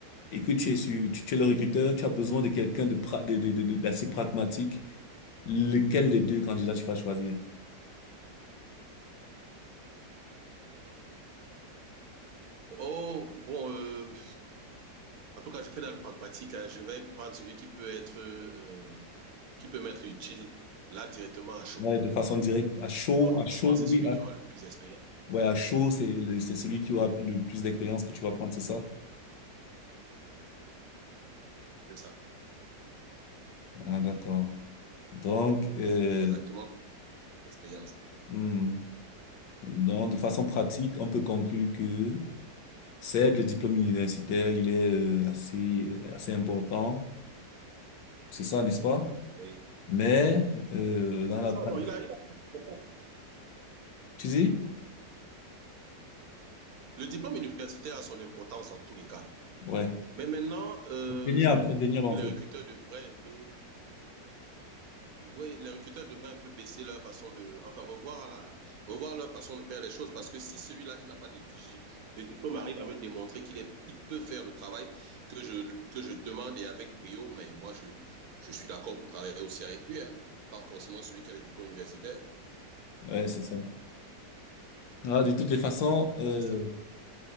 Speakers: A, on the left (about 80°); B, on the right (about 65°).
A: et que tu es sur, tu, tu es le recruteur, tu as besoin de quelqu'un de, pra- de, de- de- de- d'assez pragmatique, lequel des deux candidats tu vas choisir?
B: Oh bon, euh, en tout cas, je fais dans le pragmatique. hein. Je vais prendre celui qui peut être, euh, qui peut m'être utile là directement à chaud.
A: Ouais, de façon directe, à chaud,
B: Et forcément,
A: à chaud,
B: c'est celui
A: oui, à-
B: qui aura le plus d'expérience.
A: ouais, à chaud, c'est le- c'est celui qui aura le plus d'expérience que tu vas prendre, c'est ça?
B: C'est ça.
A: Ah, d'accord. Donc, euh,
B: C'est exactement l'expérience.
A: hmm, donc, de façon pratique, on peut conclure que certes, le diplôme universitaire, il est euh, assez, euh, assez important, c'est ça, n'est-ce pas?
B: Oui.
A: Mais euh, dans la
B: C'est ça,
A: pratique,
B: non, il a, il a-
A: tu dis?
B: Le diplôme universitaire a son importance en tous les cas.
A: Ouais,
B: Mais maintenant, euh,
A: indéniable,
B: je me trouve
A: indéniable en
B: que les
A: fait.
B: recruteurs devraient un peu oui, les recruteurs devraient un peu baisser leur façon de, enfin, revoir la, revoir leur façon de faire les choses parce que si celui-là qui n'a pas de, de diplôme arrive à me démontrer qu'il est, il peut faire le travail que je, que je demande et avec brio, mais moi, je, je suis d'accord pour travailler aussi avec lui, hein, pas forcément celui qui a les diplômes universitaires.
A: Ouais, c'est ça. Ah, de toutes les façons, euh,
B: C'est ça.